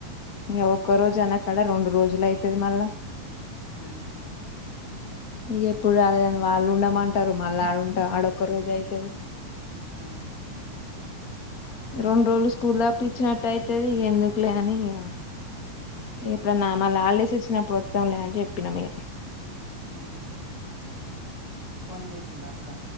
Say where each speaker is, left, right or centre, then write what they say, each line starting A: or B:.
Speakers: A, on the left (about 50°); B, on the left (about 25°).
A: యవక్కరోజ్ అనక్ ఇక్కడ రెండు రోజులు అయితది మళ్ళా
B: ఉమ్
A: ఇ ఎప్పుడు రాలేదని వాళ్ళు ఉండమంటారు మళ్ళీ ఆడుంట ఆడ ఒక్కరోజుయితది
B: ఉమ్
A: రెండు రోజులు స్కూల్ తప్ప ఇచ్చినట్టు అయితది ఇక ఎందుకులే అని ఇక ఎప్పుడన్నా మళ హాలిడేస్ వచ్చినప్పుడు వత్తం లే అని చెప్ ప్పినమే ఇక
B: ఉమ్ ఫోన్ చేేసింద అక్క